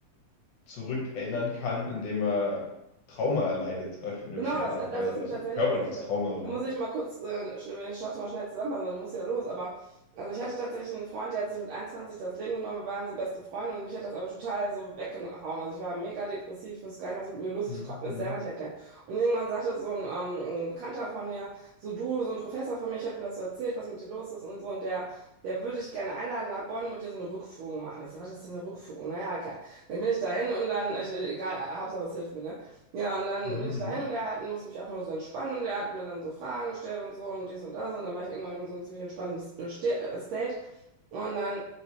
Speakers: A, on the left (about 75°); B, on the right (about 75°).
A: zurückerinnern kann, indem er Trauma erleidet, äh, in eine
B: Genau,
A: bestimmte
B: das,
A: Art und
B: das
A: Weise,
B: ist mir
A: also
B: tatsächlich
A: körperliches
B: passiert.
A: Trauma so.
B: Da muss ich mal kurz, äh, schnell- wenn ich schaffe, mal schnell zusammenfassen, weil du musst ja los. Aber also ich hatte tatsächlich einen Freund, der hat sich mit 21 das Leben genommen. Wir waren so beste Freunde und mich hat das aber total so weggehauen. Also ich war mega depressiv, ich wusste gar nicht, was mit mir los
A: Mhm,
B: ist. Ich konnte mir
A: mhm,
B: das selber nicht erklären. Und irgendwann sagte so ein, ähm, ein Bekannter von mir, so du, so ein Professor von mir, ich habe ihm das so erzählt, was mit dir los ist und so. Und der, der würde ich gerne einladen nach Bonn mit dir so eine Rückführung machen. Ich so, was ist denn eine Rückführung? Naja, okay. Dann bin ich dahin und dann, ich, egal, Hauptsache es hilft mir, ne? Ja, und dann
A: mhm,
B: bin ich dahin und er hat, musste mich einfach nur so entspannen und er hat mir dann so Fragen gestellt und so und dies und das und dann war ich irgendwann in so einem ziemlich entspannten Ste- äh, State. Und dann